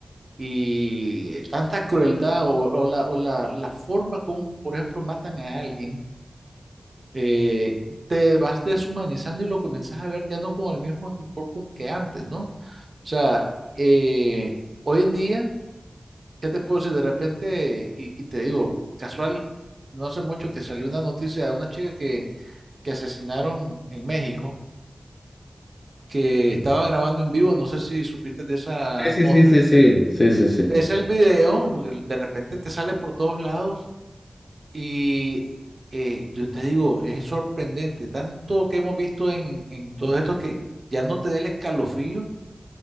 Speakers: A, on the right; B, on the left.
A: y tanta crueldad o, o la, o la, la forma como, por ejemplo, matan a alguien eh, te vas deshumanizando y lo comienzas a ver ya no con el mismo estupor como que antes, ¿no? O sea, eh, hoy en día, ¿qué te puedo decir? De repente, y, y te digo, casual, no hace mucho que salió una noticia de una chica que, que asesinaron en México, que estaban grabando en vivo, no sé si supiste de esa
B: Sí,
A: nota.
B: sí, sí, sí, sí, sí, sí.
A: Ves el video, porque de repente te sale por todos lados Y eh, yo te digo, es sorprendente, tanto que hemos visto en, en todo esto que ya no te dé el escalofrío